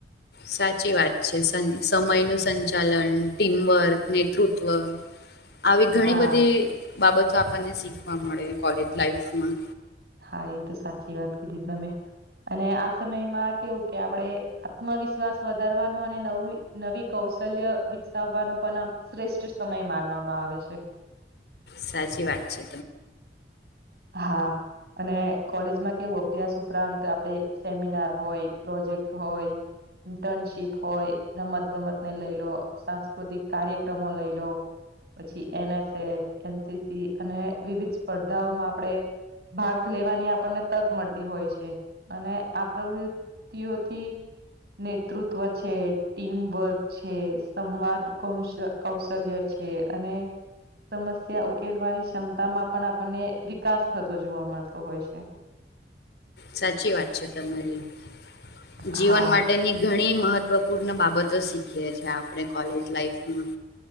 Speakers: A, on the left; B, on the right.
A: સાચી વાત છે. સંચ સમય નું સંચાલન, ટીમવર્ક, નેતૃત્વ
B: <inaudible>
A: આવી ઘણી
B: હા
A: બધી બાબતો આપણને શીખવા મળે કોલેજ લાઈફમાં.
B: હા એ તો સાચી વાત કીધી તમેં. અને આ સમયમાં કેવું કે આપણેે આત્મવિશ્વાસ વધારવાનું અને નવી-નવી કૌ શલ્ય વિકસાવવાનો પણ આમ શ્રેષ્ઠ સમય માનવામાં આવે છે.
A: સાચી વાત છે.
B: હા. અને કોલેજમાં કેવું અભ્યાસ ઉપરાંત આપડે સેમિનાર હોય, પ્રોજેક્ટ હોય ઇન્ટર્નશીપ હોય, રમત ગમત ને લઈ લો, સાંસ્કૃતિક કાર્યક્રમો લઈ લો પછી N S S, N C C અને વિવિધ સ્પર્ધાઓમાં આપણે ભાગ લેવાની આપણને તક મળતી હોય છે. અને આ પ્ર વૃતી ઓથી નેતૃત્વ છે, ટીમ વર્ક છે, સંવાદ કૌશ કૌશલ્ય છ છે, અને સમસ્યા ઉકેલવાની ક્ષમતા માં પણ આપણને વિ કાસ થતો જોવા મલતો હોય છે.
A: સાચી વાત છે તમારી.
B: હા
A: જીવન માટેની ઘણી મહ ત્વપૂર્ણ બાબતો શીખીએ છે આપણે કોલેજ લાઈફમાં.